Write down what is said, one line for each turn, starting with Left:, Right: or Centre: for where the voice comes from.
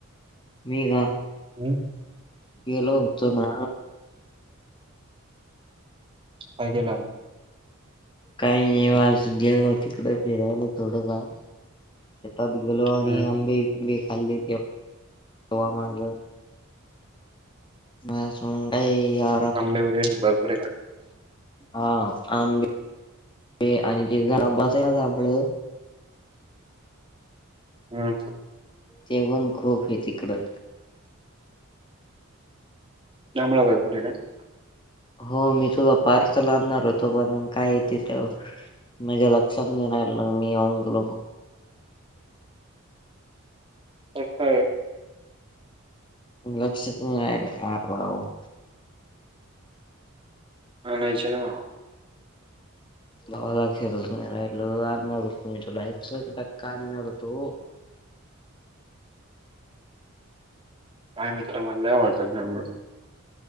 Left: मी का
Right: हुं
Left: गेलो होतो ना
Right: काय केला म?
Left: काही नाही ब आज गेलो तिकड फिरायल थोडंफार शेतात गेलो आणि
Right: हम्म.
Left: आंबे बिबे खाल्ले ते हवा <unintelligible> म्हस उंडाई या
Right: आंबे वगैरे भरपूर आता.
Left: हा आंबे आणि ते जांभळं अस ना ते जांभळं
Right: हम्म.
Left: जेवण खूप हे तिकडं.
Right: त्यामुळं <unintelligible>
Left: हो मी तुला पार्सल आणार होतो पण मग काय येते <unintelligible> माझ्या लक्षात नाही राहील मी येऊन गेलो
Right: काय काय?
Left: लक्षात नाही राहिल <unintelligible>
Right: आनायचे ना म.
Left: भावा लक्ष्यात आजून रहित आणणार होतो मी तुला एकसे एक टक्का आणणार होतो
Right: माय मित्र म्हणाल्यावर वर <unintelligible> आंब